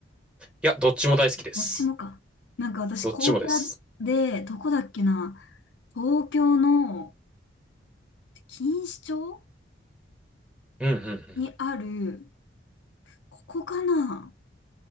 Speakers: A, in the centre; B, on the left.
A: いや、どっちも大好きです。
B: どっちもか。なんか私、
A: どっちもです。
B: 紅茶で、どこだっけな。東京の錦糸町
A: うんうんうん。
B: にある、ここかな